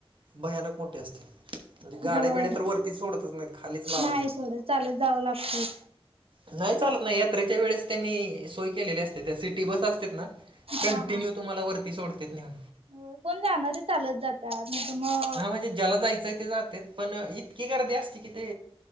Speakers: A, on the right; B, on the right.
A: भयानक मोठे असते, म्हणजे गाड्या
B: होय
A: बिड्या तर वरती सोडतच नाहीत खालीच लावायच्या.
B: नाही सोडत चालत जावं लागत.
A: नाही चालत नाही यात्रेच्या वेळेस त्यांनी सोय केलेली असते त्या सिटी बस असते ना. कंटिन्यू
B: हा हा
A: तुम्हाला वरती सोडतेेत निहून.
B: हो कोण जाणार चालत जात त्या <unintelligible> मग
A: हा म्हणजे ज्याला जायचंय ते जातेत पण इतकी गर्दी असती कि ते